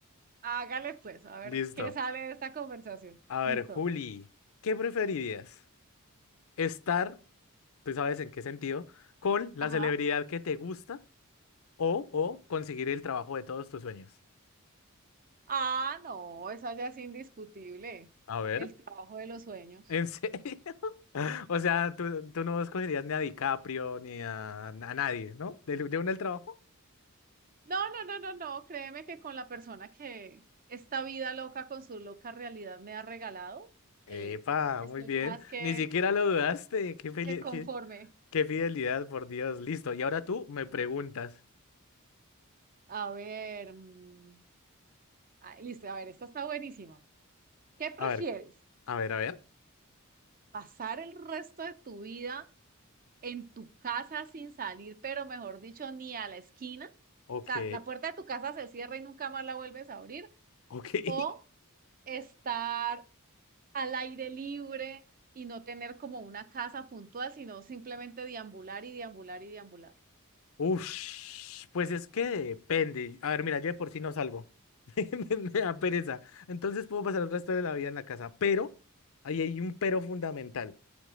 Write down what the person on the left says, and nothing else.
<laughs> Listo.
A ver,
Juli, ¿qué preferirías? ¿Estar, tú sabes en qué sentido, con la
celebridad que te gusta o, o conseguir el trabajo de todos tus sueños?
A ver,
¿en serio? <laughs> O sea, tú, tú no escogerías ni a DiCaprio ni a, a nadie, ¿no? ¿De, de uno el trabajo?
Epa,
muy bien.
Ni siquiera lo dudaste. Qué feli-
qué,
qué fidelidad, por Dios. Listo. Y ahora tú me preguntas.
A ver, a ver, a ver.
Ok,
ok. <laughs>
Ush, pues es que depende. A ver, mira, yo de por sí no salgo. <laughs> Me me da pereza. Entonces puedo pasar el resto de la vida en la casa. Pero, ahí hay un pero fundamental.